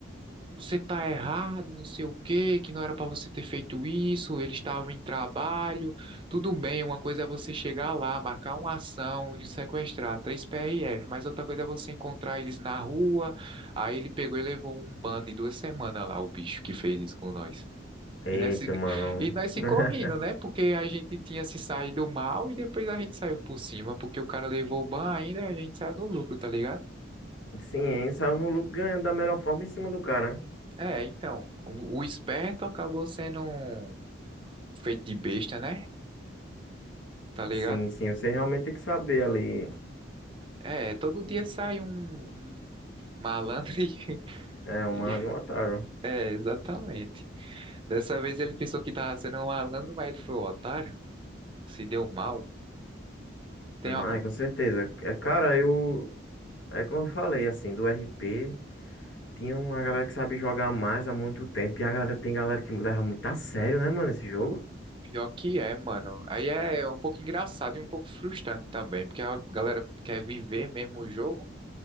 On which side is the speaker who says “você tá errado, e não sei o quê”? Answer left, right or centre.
Right